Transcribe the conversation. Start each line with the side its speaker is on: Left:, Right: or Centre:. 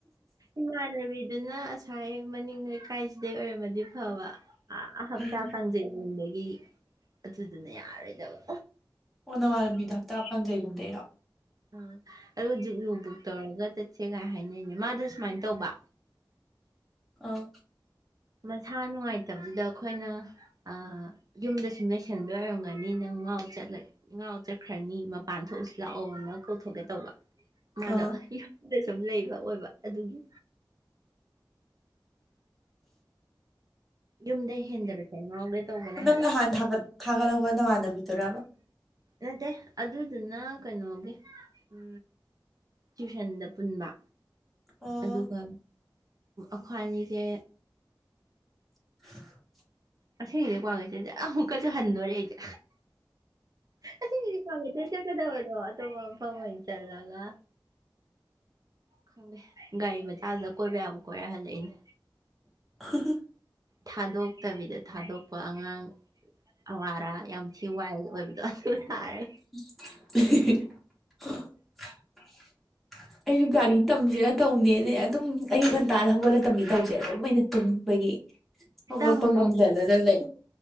Right: ꯏꯃꯥꯟꯅꯕꯤꯗꯨꯅ ꯉꯁꯥꯏ ꯃꯅꯤꯡ ꯂꯩꯀꯥꯏꯁꯤꯗꯩ ꯑꯣꯏꯔꯝꯃꯗꯤ ꯐꯕ ꯑ ꯍꯞꯇꯥ
Centre: ꯎꯝ
Right: ꯀꯥꯡꯖꯩꯗꯒꯤ ꯑꯗꯨꯗꯨꯅ ꯌꯥꯔꯣꯏꯗꯕ
Centre: ꯑꯣ ꯅꯃꯥꯟꯅꯕꯤꯗ ꯍꯞꯇꯥ ꯀꯥꯡꯖꯩꯒꯨꯝꯗꯩꯔꯣ
Right: ꯑ ꯑꯗꯣ ꯍꯧꯖꯤꯛꯅꯨ ꯕꯨꯛ ꯇꯧꯔꯒ ꯆꯠꯁꯦꯒꯥꯏ ꯍꯥꯏꯅꯩꯅꯦ ꯃꯥꯗꯣ ꯁꯨꯃꯥꯏꯅ ꯇꯧꯕ
Centre: ꯑꯥ
Right: ꯃꯁꯥ ꯅꯨꯡꯉꯥꯏꯇꯕꯗꯨꯗ ꯑꯩꯈꯣꯏꯅ ꯑ ꯌꯨꯝꯗꯁꯨꯨꯝ ꯂꯩꯩꯁꯟꯕ ꯑꯣꯏꯔꯝꯒꯅꯤ ꯅꯪ ꯉꯥꯎ ꯆꯠꯂ ꯉꯥꯎ ꯆꯠꯈ꯭ꯔꯅꯤ ꯃꯄꯥꯟ ꯊꯣꯛꯎꯁꯤ ꯂꯥꯛꯑꯣꯅ ꯀꯧꯊꯣꯛꯀꯦ ꯇꯧꯕ ꯃꯥꯗꯣ
Centre: ꯑꯥ
Right: ꯌꯨꯝꯗ ꯁꯨꯝ ꯂꯩꯕ ꯑꯣꯏꯕ ꯑꯗꯨꯒꯤ ꯌꯨꯝꯗꯩ ꯍꯦꯟꯗꯕꯁꯦ ꯉꯔꯥꯎꯒꯦ ꯇꯧꯕꯅꯦ
Centre: ꯅꯪ
Right: ꯍꯥꯏꯕ
Centre: ꯅꯍꯥꯟ ꯊꯥꯒꯠ ꯊꯥꯒꯠꯂꯛꯄ ꯅ ꯋꯥꯥꯟꯅꯕꯤꯗꯣꯏꯣꯔꯕ
Right: ꯅꯠꯇꯦ ꯑꯗꯨꯗꯨꯅ ꯀꯩꯅꯣꯒꯤ ꯎ ꯇ꯭ꯋꯨꯏꯁꯟꯗ ꯄꯨꯟꯕ
Centre: ꯑꯣ
Right: ꯑꯗꯨꯒ ꯑꯈ꯭ꯋꯥꯏꯅꯤꯁꯦ
Centre: <inaudible>
Right: ꯑꯁꯤꯒꯤꯗꯤ ꯀ꯭ꯋꯥ ꯀꯩꯊꯦꯟꯖꯦ ꯑꯃꯨꯛꯀꯁꯨ ꯍꯟꯗꯣꯔꯦ ꯑꯩꯖꯦ ꯑꯁꯤꯒꯤꯗꯤ ꯀ꯭ꯋꯥ ꯀꯩꯊꯦꯟ ꯆꯠꯀꯗꯕꯗꯣ ꯑꯇꯣꯞꯄ ꯃꯐꯝ ꯑꯣꯏꯅ ꯆꯜꯂꯒ ꯈꯪꯗꯦ ꯒꯥꯔꯤ ꯃꯆꯥꯗꯨꯗ ꯀꯣꯏꯕ ꯌꯥꯕ ꯀꯣꯏꯔꯦ ꯍꯜꯂꯛꯏꯅꯦ
Centre: <inaudible>
Right: ꯊꯥꯗꯣꯛꯇꯕꯤꯗ ꯊꯥꯗꯣꯛꯄ ꯑꯉꯥꯡ ꯑꯋꯥꯔꯥ ꯌꯥꯝ ꯊꯤ ꯋꯥꯏꯜ ꯑꯣꯏꯕꯗꯣ ꯑꯗꯨ ꯁꯥꯔ
Centre: <unintelligible> ꯑꯩꯖꯨ ꯒꯥꯔꯤ ꯇꯝꯖꯤꯔꯥ ꯇꯧꯅꯦꯅꯦ ꯑꯗꯨꯝ ꯑꯌꯨꯛ ꯉꯟꯇꯥꯗ ꯍꯧꯒꯠꯂ ꯇꯝꯒꯦ ꯇꯧꯕꯖꯦ ꯑꯗꯨꯝ ꯑꯩꯅ ꯇꯨꯝꯕꯒꯤ ꯍꯧꯒꯠꯄꯥ
Right: ꯇꯝꯃꯣ
Centre: ꯉꯝꯗꯅꯥ ꯂꯩ